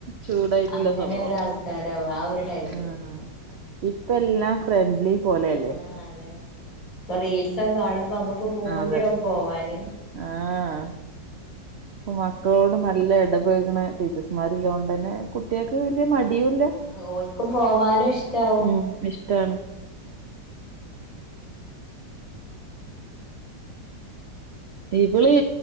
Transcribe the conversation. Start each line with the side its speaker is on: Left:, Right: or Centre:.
Right: ചൂടായിട്ടില്ല
Left: അങ്ങനൊരു
Right: സ്വഭാവം
Left: ആൾക്കാര ആ ഒരു ടൈമില്
Right: ആഹ് ഇപ്പ എല്ലാം ഫ്രണ്ട്ലി പോലെയല്ലേ
Left: ആഹ് അതെ ഇപ്പൊ റീൽസൊക്കെ കാണുമ്പോ നമ്മുക്ക് പൂതിയാവും
Right: അതെ
Left: പോവാന്
Right: ആഹ് ഇപ്പൊ മക്കളോട് നല്ല ഇടപഴുകണ ടീച്ചേഴസ്മാര് ഉള്ളോണ്ട് തന്നെ കുട്ടികൾക്ക് വലിയ മ ടിയുല്ല
Left: ആഹ് ഓൽക്കും പോവാനും ഇഷ്ടാവും
Right: ഉം ഇഷ്ടാണ് ഇവള്